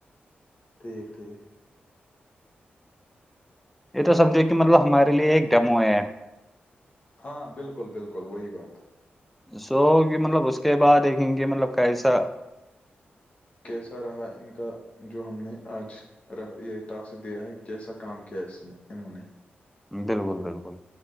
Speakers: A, on the left; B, in the centre.
A: ٹھیک ٹھیک
B: یہ تو سمھو کہ مطلب ہمارے لیے ایک ڈمو ہے
A: ہاں بالکل بالکل وہی بات ہے
B: سو کہ مطلب اس کے بعد دیکھیں گے مطلب کیسا
A: کیسا رہا ان کا جو ہم نے آج یہ ٹاسک دیا ہے کیسا کام کیا ہے اس نے انہوں نے
B: بالکل بالکل